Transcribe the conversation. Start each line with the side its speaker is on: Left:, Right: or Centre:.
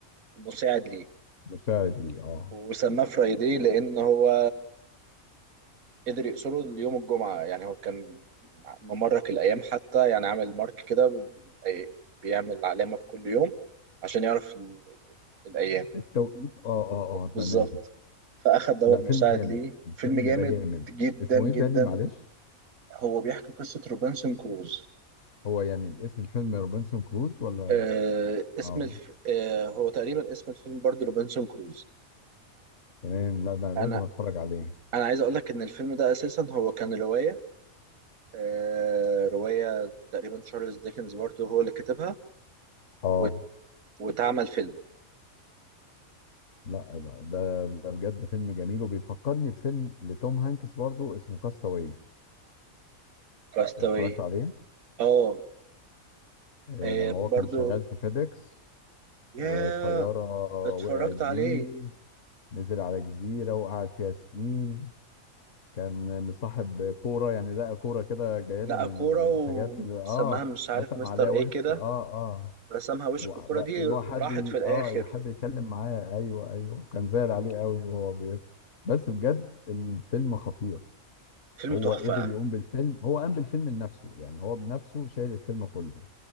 Right: مساعد ليه
Left: مساعد لي اه
Right: وسماه فرايدي لأن هو قدر يقصره ليوم الجمعة يعني هو كان ممرك الأيام حتى يعني عامل مارك كده ب- بيعمل علامة بكل يوم عشان يعرف ال- الأيام
Left: التوقيت اه اه اه
Right: بالظبط
Left: تمام
Right: فأخد دوت
Left: لا فيلم
Right: مساعد
Left: جامد
Right: ليه
Left: الفيلم
Right: فيلم جامد
Left: ده جامد
Right: جدا
Left: اسمه
Right: جدا
Left: ايه تاني معلش
Right: هو بيحكي قصة روبنسون كروز
Left: هو يعني الاسم الفيلم روبنسون كروز ولا
Right: آه اسم
Left: اه
Right: الف... آه هو تقريبا اسم الفيلم برضه روبنسون كروز
Left: تمام لا ده انا
Right: أنا
Left: لازم اتفرج عليه
Right: أنا عايز أقول لك إن الفيلم ده أساسا هو كان رواية آه رواية تقريبا تشارلز ديكنز برضه هو اللي كتبها
Left: اه
Right: و... واتعمل فيلم
Left: لا لا ده ده بجد فيلم جميل وبيفكرني بفيلم لتوم هانكس برضو اسمه كاستاوي
Right: كاستاوي
Left: اتفرجت عليه
Right: اه
Left: آه،
Right: آه،
Left: لما
Right: برضو
Left: هو كان شغال في فيديكس
Right: يا
Left: والطيارة
Right: اتفرجت
Left: وقعت بيه
Right: عليه
Left: نزل على جزيرة وقعد فيها سنين كان مصاحب كورة يعني لقى كورة كده جايله
Right: لقى
Left: من
Right: كورة
Left: من
Right: وسماها
Left: حاجات اللي- اه
Right: مش عارف
Left: رسم
Right: مستر
Left: عليها
Right: ايه
Left: وش
Right: كده
Left: اه اه
Right: رسمها وش
Left: هو
Right: والكورة
Left: بقى-
Right: دي
Left: اللي هو حد
Right: راحت
Left: ي-
Right: في الآخر
Left: اه حد يتكلم معاه ايوه ايوه كان زعل عليه قوي وهو بيت بس بجد الفيلم خطير
Right: فيلم
Left: هو
Right: تحفة
Left: قدر يقوم بالفيلم هو قام بالفيلم لنفسه يعني هو بنفسه شايل الفيلم كله